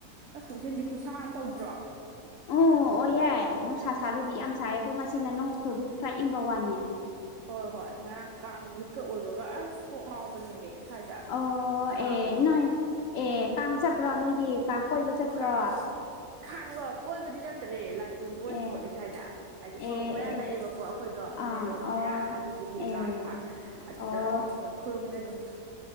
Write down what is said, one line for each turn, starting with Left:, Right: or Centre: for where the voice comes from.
Right: ꯑꯁ ꯅꯨꯡꯊꯤꯟꯗꯤ ꯈꯨꯠꯁꯥ ꯑꯃ ꯇꯧꯗ꯭ꯔꯣ
Left: ꯎ ꯑꯣꯏꯌꯦ ꯅꯨꯡꯁꯥ ꯁꯥꯔꯗꯤ ꯌꯥꯝ ꯁꯥꯏꯌꯦ ꯑꯗꯣ ꯉꯁꯤꯅ ꯅꯣꯡ ꯆꯨꯕꯒꯤ ꯈꯔ ꯏꯪꯕ ꯋꯥꯅꯦ
Right: ꯍꯣꯏ ꯍꯣꯏ ꯉꯔꯥꯡ ꯀꯥꯡ ꯅꯨꯃꯤꯠꯀ ꯑꯣꯏꯕꯒ ꯑꯁ ꯀꯣꯛ ꯉꯥꯎꯕꯅꯦꯃꯦ ꯁ꯭ꯋꯥꯏꯗ
Left: ꯑꯣ
Right: ꯁꯥꯕꯗꯣ
Left: ꯑꯦ ꯅꯣꯏ ꯑꯦ ꯀꯥꯡ ꯆꯠꯄ꯭ꯔꯣ ꯅꯣꯏꯗꯤ ꯀꯥꯡ ꯀꯣꯏꯕ ꯆꯠꯄ꯭ꯔꯣ
Right: ꯀꯥꯡ ꯀꯥꯡꯂꯣ ꯀꯣꯏꯕꯗꯤ ꯆꯠꯇꯔꯦ ꯂꯥꯏ ꯈꯨꯔꯨꯝꯕ
Left: ꯑꯦ
Right: ꯑꯣꯏꯅ ꯊꯣꯛꯑꯦ ꯁ꯭ꯋꯥꯏꯗ ꯍꯥꯏꯗꯤ ꯁꯣꯔꯣꯛ
Left: ꯑꯦ
Right: ꯃꯌꯥ
Left: ꯑꯦ ꯑꯦ
Right: ꯅꯛꯑꯦꯕꯀꯣ ꯑꯩꯈꯣꯏꯗꯣ
Left: ꯑꯥ
Right: ꯃꯦꯟ ꯔꯣꯗ
Left: ꯑꯣ
Right: ꯃꯌꯥ ꯑꯗꯨꯗꯨꯒꯤ
Left: ꯑꯦ
Right: ꯂꯥꯛꯄ ꯑꯗꯨꯗ
Left: ꯑꯣ
Right: ꯑ ꯈꯨꯔꯨꯝꯃꯦ ꯑꯗꯨꯝ